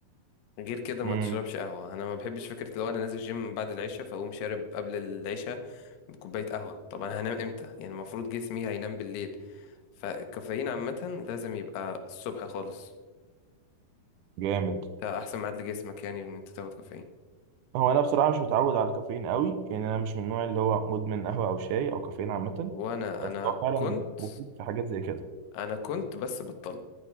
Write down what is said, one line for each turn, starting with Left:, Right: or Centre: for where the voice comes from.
Left: غير كده ما
Right: امم
Left: تشربش قهوه انا ما بحبش فكره لو انا نازل جيم بعد العشاء فاقوم شارب قبل العشاء بكوبايه قهوه طبعا هنام امتى يعني المفروض جسمي هينام بالليل فالكافيين عامه لازم يبقى الصبح خالص
Right: جامد
Left: ده احسن ميعاد لجسمك يعني ان انت تاخد كافيين
Right: هو انا بصراحه مش متعود على الكافيين قوي يعني انا مش من النوع اللي هو مدمن قهوه او شاي او كافيين عامه
Left: وانا
Right: بس
Left: انا
Right: هو فعلا
Left: كنت
Right: مفيد في حاجات زي كده
Left: انا كنت بس بطلت